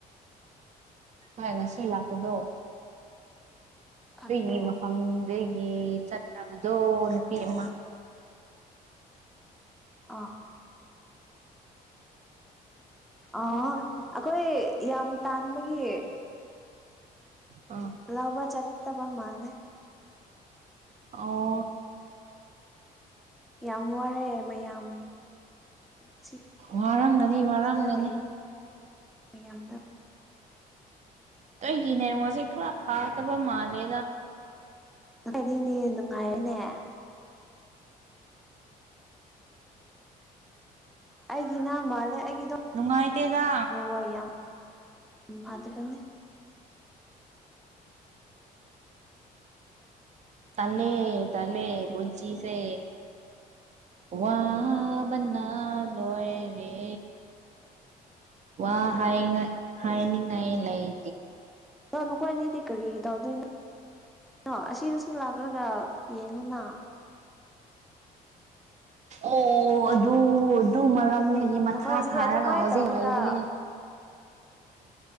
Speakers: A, on the right; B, in the centre.
A: ꯍ ꯉꯁ ꯂꯥꯛꯀꯗꯣ
B: ꯈꯪꯗꯦ
A: ꯑꯩꯒꯤ ꯃꯐꯝꯗꯒꯤ ꯆꯠꯈ꯭ꯔꯕꯗꯣ ꯅꯨꯄꯤ ꯑꯃ
B: ꯑ ꯑ ꯑꯩꯈꯣꯏ ꯌꯥꯝ ꯇꯥꯟꯕꯒꯤ
A: ꯑꯥ
B: ꯂꯥꯎꯕ ꯆꯠꯠꯇꯕ ꯃꯥꯅꯦꯦ
A: ꯑ
B: ꯌꯥꯝ ꯋꯥꯔꯦ ꯃꯌꯥꯝ ꯁꯤꯗ
A: ꯋꯥꯔꯝꯒꯅꯤ ꯋꯥꯔꯝꯒꯅꯤ
B: ꯂꯩꯕ ꯃꯌꯥꯝꯗ
A: ꯑꯩꯒꯤ ꯅꯦꯠꯋꯥꯛꯁꯦ ꯈꯔ ꯐꯥꯗꯕ ꯃꯥꯜꯂꯦ
B: ꯑꯗꯤꯗꯤꯅꯨꯡꯉꯥꯏꯅꯦꯦ ꯑꯩꯒꯤꯅ ꯃꯥꯜꯂꯦ ꯑꯩꯒꯤꯗꯣ
A: ꯅꯨꯡꯉꯥꯏꯇꯦꯗ
B: ꯋꯥ ꯌꯥꯝ ꯎ ꯐꯥꯗ ꯀ
A: ꯇꯅꯤ ꯇꯂ ꯄꯨꯣꯖꯤꯁꯦ
B: ꯑ
A: ꯋꯥ ꯅꯥ ꯂꯣꯏ ꯔꯦ ꯋꯥ ꯍꯥꯏ ꯍꯥꯏꯅꯤꯡ ꯂꯩꯥꯏ
B: ꯑ ꯅꯈꯣꯏꯋꯥꯅꯤꯗꯤ ꯀꯔꯤ ꯇꯧꯗꯣꯏꯅꯣ ꯑ ꯑꯁꯤꯗꯁꯨ ꯂꯥꯛꯂꯒ ꯌꯦꯡꯉꯨꯅ
A: ꯑꯣ ꯑꯗꯨ ꯑꯗꯨ ꯃꯔꯝꯗꯒꯤ ꯃꯊꯥ
B: ꯅꯈꯣꯏ ꯑꯅꯤ
A: ꯁꯥꯔꯒ
B: ꯑꯗꯨꯃꯥꯏꯅ
A: ꯍꯧꯖꯤꯛ
B: ꯇꯧꯔꯒ
A: ꯂꯩꯕꯅꯦ